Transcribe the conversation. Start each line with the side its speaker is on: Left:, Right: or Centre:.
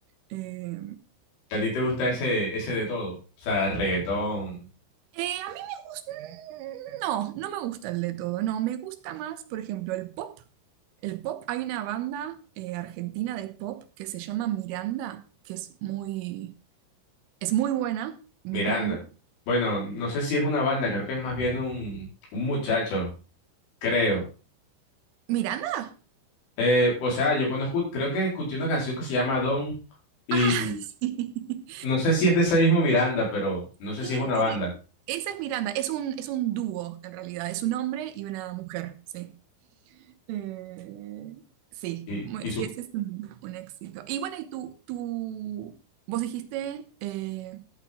Right: Eh,
Left: ¿A ti te gusta ese, ese de todo? O sea, reggaetón,
Right: Eh, a mí me gusta, no, no me gusta el de todo, no, me gusta más, por ejemplo, el pop. El pop, hay una banda eh, argentina de pop que se llama Miranda, que es muy, es muy buena. Miranda.
Left: Miranda. Bueno, no sé si es una banda, creo que es más bien un, un muchacho, creo.
Right: ¿Miranda?
Left: Eh, o sea, yo conozco, creo que escuché una canción que se llama Don y
Right: Ah, <laughs> sí.
Left: no sé si es de ese mismo Miranda, pero no sé
Right: Sí,
Left: si es una
Right: sí.
Left: banda
Right: Esa es Miranda, es un, es un dúo en realidad, es un hombre y una mujer, sí. Eh, sí,
Left: y,
Right: muy-
Left: y, su,
Right: sí, ese es un, un éxito. Y bueno, y tú, tú, vos dijiste eh,